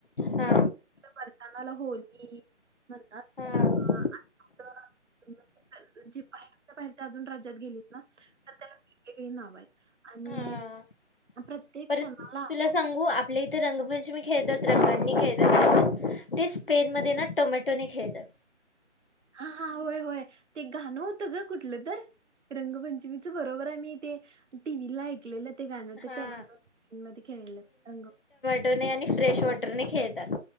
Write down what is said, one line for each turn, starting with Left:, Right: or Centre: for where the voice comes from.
Left: हा.
Right: परसानाला होली म्हणतात
Left: हा
Right: अ आणि कुठं जी बाहेरच्या बाहेरच्या अजून राज्यात गेलीत ना तर त्याला वेगळी नाव आहेत आणि
Left: हा
Right: प्रत्येक
Left: परत
Right: सणाला
Left: तुला सांगू आपल्या इथे रंगपंचमी खेळतात रंगांनी खेळतात ते स्पेन मध्ये ना टोमॅटोे ने खेळतात
Right: हा हा होय होय ते गाणं होतं ग कुठलं तर रंगपंचमीच बरोबर आहे मी ते टीव्ही ला ऐकलेलंत ते गाण ते
Left: हा
Right: टमॅटो मध्ये खेळलेलं रंग
Left: टने आणि फ्रेश वॉटरने खेळतात